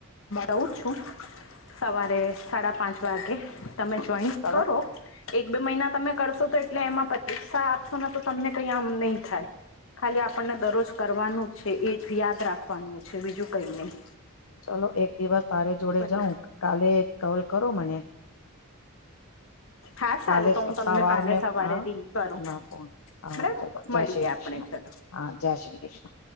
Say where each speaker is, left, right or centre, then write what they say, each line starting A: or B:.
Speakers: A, on the left; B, on the left.
A: રહઉ છું સવારે સાડા પાંચ વાગે- તમે જોઈન
B: ચલો
A: કરો એક બે મહિના તમે કરશો તો એટલે એમાં પરીક્ષા આપશો ને તો તમને કઈ આમ નહી થાય ખાલી આપણને દરરોજ કરવાનું જ છે એ જ યાદ રાખવાનું છે. બીજું કઈ નહીિ
B: ચલો એક દિવસ તારે જોડે જાઉં
A: ને
B: કાલે કલ કરો મને
A: હા
B: કાલેસફતાવાર
A: સારું તો હું તમને કાલે
B: મે
A: સવારે
B: હા
A: રિંગ કરું
B: ફોન હા
A: બરાબર
B: ચાલલો જય
A: મળીએ
B: શ્રી કૃષ્ણ.
A: આપણે ચલો
B: હા જય શ્રી કૃષ્ણ.